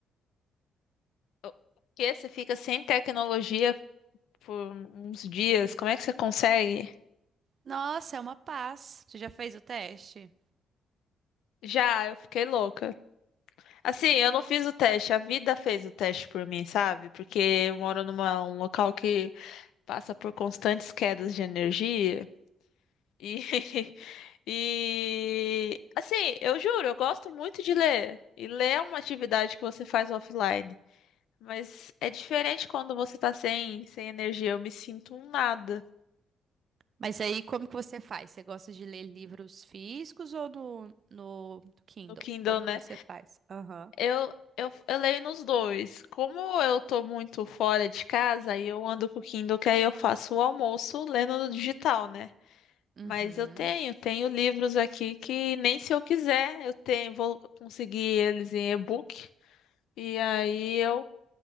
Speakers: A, on the left (about 80°); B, on the right (about 50°).
A: O- Porque você fica sem tecnologia por uns dias, como é que você consegue?
B: Nossa, é uma paz. Você já fez o teste?
A: Já, eu fiquei louca. Assim, eu não fiz o teste, a vida fez o teste por mim, sabe? Porque eu moro numa um local que passa por constantes quedas de energia. E, <laughs> e assim, eu juro, eu gosto muito de ler. E ler é uma atividade que você faz offline. Mas é diferente quando você tá sem, sem energia. Eu me sinto um nada
B: Mas aí, como que você faz? Você gosta de ler livros físicos ou no, no Kindle?
A: no Kindle,
B: Como
A: né?
B: que você faz? Aham.
A: Eu, eu, eu leio nos dois. Como eu tô muito fora de casa, aí eu ando com o Kindle, que aí eu faço o almoço lendo no digital, né?
B: Uhum.
A: Mas eu tenho, tenho livros aqui que nem se eu quiser, eu tenho, vou conseguir eles em e-book. E aí eu